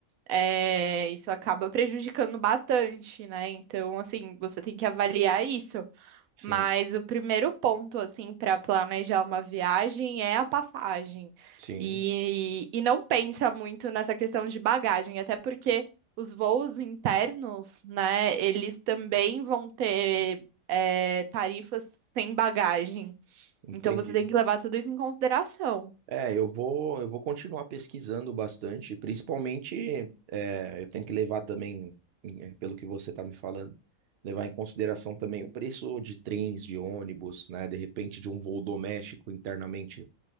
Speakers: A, on the right (about 80°); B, on the right (about 55°).
A: é, isso acaba prejudicando bastante, né? Então, assim, você tem que avaliar isso. Mas
B: sim,
A: o primeiro ponto, assim, para planejar uma viagem é a passagem.
B: sim,
A: E, e não pensa muito nessa questão de bagagem, até porque os voos internos, né, eles também vão ter, é, tarifas sem bagagem.
B: entendi.
A: Então você tem que levar tudo isso em consideração.
B: É, eu vou, eu vou continuar pesquisando bastante, principalmente, é, eu tenho que levar também, eh, pelo que você está me falando, levar em consideração também o preço de trens, de ônibus, né, de repente de um voo doméstico internamente